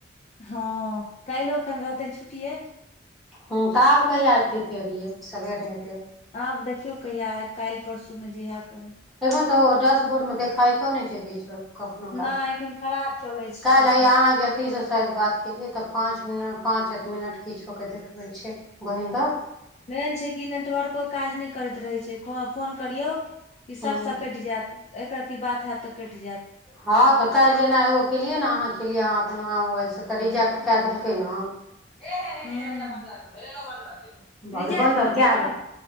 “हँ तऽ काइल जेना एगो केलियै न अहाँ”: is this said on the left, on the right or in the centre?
Centre